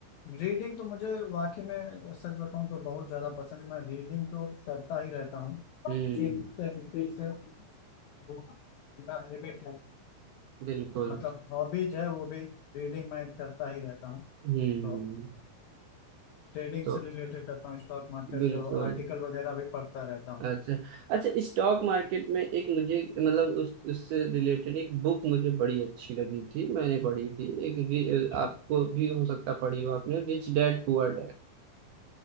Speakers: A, on the left; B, on the right.
A: रीडिंग तो मुझे वाकई में सच बताऊं तो बहुत ज्यादा पसंद है मैं रीडिंग तो करता ही रहता हूँ
B: है हम्म
A: एक तरीके से वो मेरा हैबिट है
B: बिल्कुल
A: मतलब हॉबीज है वो भी रीडिंग मैं करता ही रहता हूँ
B: हम्म
A: तो ट्रेडिंग
B: तो
A: से रिलेटेड करता हूँ स्टॉक मार्केट
B: बिल्कुल
A: से वो आर्टिकल वगैरह भी पढ़ता रहता हूँ
B: अच्छा अच्छा स्टॉक मार्केट में एक मुझे मतलब उस उससे रिलेटेड एक बुक मुझे बड़ी अच्छी लगी थी मैंने पढ़ी थी एक रि-
A: अच्छा
B: आपको भी हो सकता पढ़ी हो आपने रिच डैड पुअर डैड